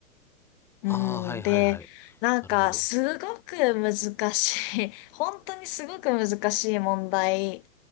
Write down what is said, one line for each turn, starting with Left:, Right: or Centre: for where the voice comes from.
Left: うん、
Centre: ああ、はいはいはい。
Left: で、なんか、
Centre: なるほど。
Left: すごく難しい、<laughs> 本当にすごく難しい問題、